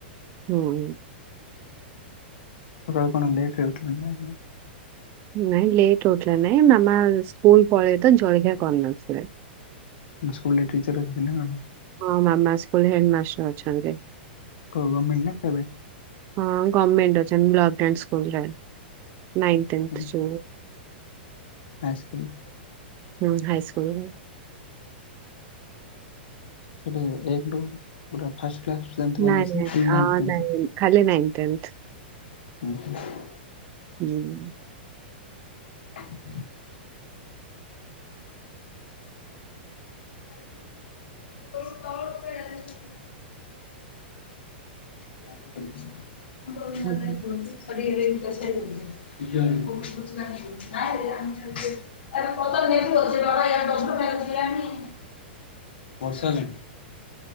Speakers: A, on the right; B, on the left.
A: ସୁବୁନି।
B: ସକାଳେ କଣ ଲେଟ୍ରେ ଉଠିଲ ନା କଣ।
A: ନାଇଁ ଲେଟ ଓଠଲା ନାଇଁ ମାମା ସ୍କୁଲ ପଳେଇ ତ ଜଳଖିଆ କରିନଥିଲେ।
B: ସ୍କୁଲ ରେ ଟିଚର୍ ଅଛନ୍ତିିନା କଣ?
A: ହଁ ମାମା ସ୍କୁଲ ହେଡ ମାଷ୍ଟର ଅଛନ୍ତି।
B: କ ଗର୍ଣମେଣ୍ଟ ନା ପ୍ରାଇଭେଟ?
A: ହଁ ଗଭମେଣ୍ଟ ଅ୍ଛନ୍ତି ବ୍ଲକ <unintelligible> ସ୍କୁଲ ରେ ନାଁଇଟିନ୍
B: ହୁଁ
A: କ୍ସୂଲ୍।
B: High school.
A: ହୁଁ ହାଇସ୍କୁଲ।
B: ଗୋଟେ ଏକଦୁ ପୁରା ଫାସ୍କ୍ଲାସ। ତେନ୍ଥ
A: ନାଇଁ
B: ପର୍ଯ୍ୟନ୍ତ
A: ନାଇଁ
B: ନା କି ନାଇଁଥ
A: ଆ
B: ତେଁଥ।
A: ନାଇଁ ଖାଲି ନାଇନ୍ଥ ଟେନ୍ଥ।
B: <unintelligible>
A: ହୁଁ।
B: <inaudible> <unintelligible> <unintelligible>
A: ହୁଁ।
B: <unintelligible> <unintelligible> ବର୍ଷାହେଲାଣୀ।